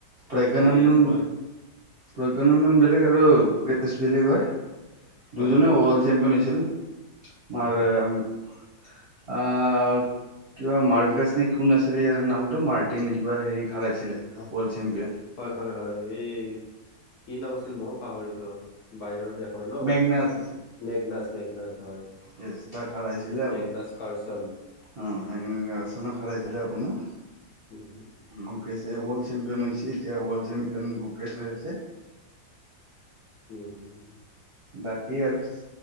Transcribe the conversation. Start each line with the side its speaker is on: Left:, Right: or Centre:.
Right: প্ৰজ্ঞানন্দন
Left: অ য়েছ প্ৰ
Right: প্ৰজ্ঞানন্দন বেলেগ আৰু ভোকেশ বেলেগ হয়।
Left: হয়
Right: দুজনে
Left: হয়
Right: ৱৰ্ল্ড চোম্পিয়ন হৈছিল ম
Left: হয়
Right: অ। কিবা মাৰ্কাছ নে কোন আছিলে ইয়াৰ নামটো মাৰ্টিন কিবা হেৰি খালাইছিলে ৱৰ্ল্ড
Left: হয়
Right: চেম্পিয়ন।
Left: হয় হয় হয়, এই কি নাম আছিল মই পাহৰিছো বাহিৰৰ দেশ ন
Right: মেগনাছ
Left: মেগনছ -মেগন হয়।
Right: কেষ্টা খালাইছিলে
Left: এগ কাৰচন
Right: অ মোনত ভছিলে আপোনাৰ
Left: উম
Right: গ ৱৰ্ল্ড চেম্পিয়ন হৈছে যেতিয়া চেম্পিয়নুকেশ হৈছেছে। <unintelligible>
Left: উমম
Right: বাকী আৰুচ